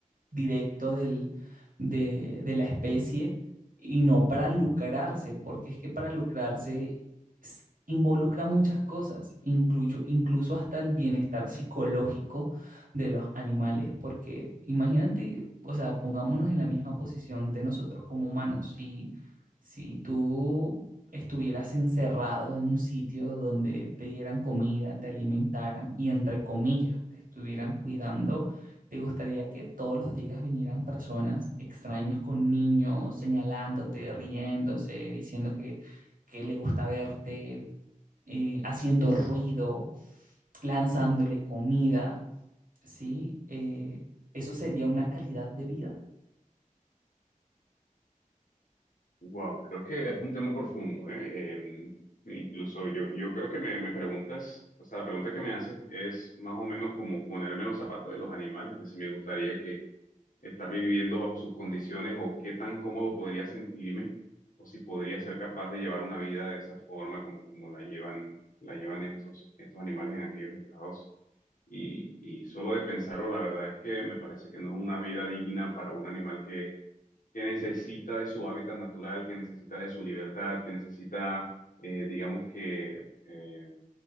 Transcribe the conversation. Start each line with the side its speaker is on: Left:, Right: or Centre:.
Right: directo del, de, de la especie y no para lucrarse, porque es que para lucrarse s- involucra muchas cosas, incluyo, incluso hasta el bienestar psicológico de los animales, porque imagínate, o sea, pongámonos en la misma posición de nosotros como humanos, si, si tú estuvieras encerrado en un sitio donde te dieran comida, te alimentaran y entre comillas te estuvieran cuidando, ¿Te gustaría que todos los días vinieran personas extrañas con niños, señalándote, riéndose, diciendo que, que le gusta verte, eh, haciendo ruido, lanzándole comida? ¿Sí? Eh, ¿eso sería una calidad de vida?
Left: Wow, creo que es un tema profundo, ¿eh? Em, incluso yo, yo creo que me, me preguntas, o sea, la pregunta que me haces es más o menos como ponerme en los zapatos de los animales, es decir, me gustaría que estar viviendo bajo sus condiciones o qué tan cómodo podría sentirme o si podría ser capaz de llevar una vida de esa forma como, como la llevan, la llevan estos, estos animales en aquellos estados. Y, y solo de pensarlo, la verdad es que me parece que no es una vida digna para un animal que, que necesita de su hábitat natural, que necesita de su libertad, que necesita, eh, digamos que, eh,